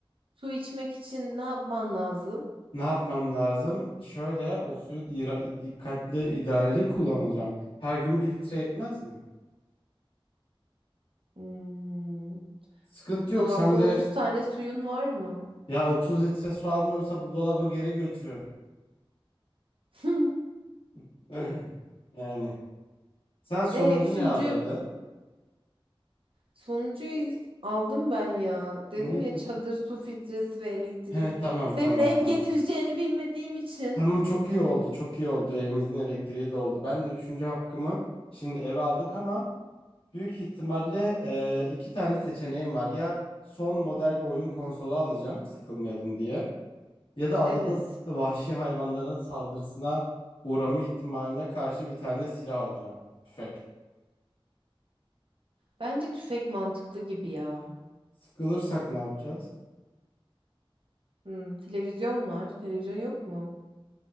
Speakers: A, on the right; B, on the left.
A: Su içmek için ne yapman lazım?
B: Ne yapmam lazım? Şöyle o suyu dira- dikkatli idareli kullanacağım. Her gün bir litre yetmez mi?
A: Hmm,
B: Sıkıntı yok.
A: dolapta
B: Sen de
A: 30 tane suyun var mı?
B: ya 30 litre su almıyorsa bu dolabı geri götürün.
A: <laughs>
B: <clears throat> <laughs> Yani. Sen sonuncu
A: E üçüncü
B: ne alırdın?
A: Sonucu is- aldım ben ya. Dedim
B: Neydi?
A: ya çadır, su filtresi ve elektrik.
B: He tamam
A: Senin
B: tamam
A: ev
B: tamam.
A: getireceğini bilmediğim için.
B: Tamam çok iyi oldu çok iyi oldu. Evimizin elektriği de oldu. Ben de üçüncü hakkımı şimdi eve aldık ama büyük ihtimalle e, iki tane seçeneğim var. Ya son model bir oyun konsolu alacağım sıkılmayalım diye. ya da adada
A: Evet.
B: s- vahşi hayvanların saldırısına uğrama ihtimaline karşı bir tane silah alacağım. Tüfek.
A: Bence tüfek mantıklı gibi ya.
B: Sıkılırsak ne yapacağız?
A: Hmm, televizyon var. Televizyon yok mu?